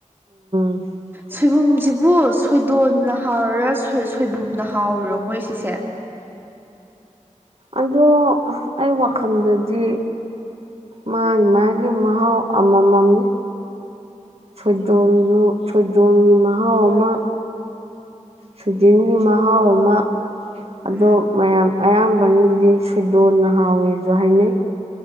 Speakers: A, on the right; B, on the right.
A: <inaudible>
B: ꯁꯣꯏꯕꯨꯝꯁꯤꯕꯨ ꯁꯣꯏꯗꯣꯟꯅ ꯍꯥꯎꯔꯤꯔꯥ ꯁꯣꯏꯕꯨꯝꯅ ꯍꯥꯎꯔꯤꯔꯣ ꯃꯣꯏ ꯁꯤꯁꯦ
A: ꯑꯗꯣ ꯑꯩ ꯋꯥꯈꯜꯗꯗꯤ ꯃꯥꯒꯤ ꯃꯥꯒꯤ ꯃꯍꯥꯎ ꯑꯃꯃꯝꯅꯤ ꯁꯣꯏꯗꯣꯟꯗꯨ ꯁꯣꯏꯗꯣꯟꯒꯤ ꯃꯍꯥꯎ ꯑꯃ ꯁꯨꯖꯤꯟꯒꯤ ꯃꯍꯥꯎ ꯑꯃ
B: ꯎꯝ
A: ꯑꯗꯣ ꯃꯌꯥꯝ ꯑꯌꯥꯝꯕꯅꯗꯤ ꯁꯣꯏꯗꯣꯟꯅ ꯍꯥꯎꯋꯦꯁꯨ ꯍꯥꯏꯅꯩ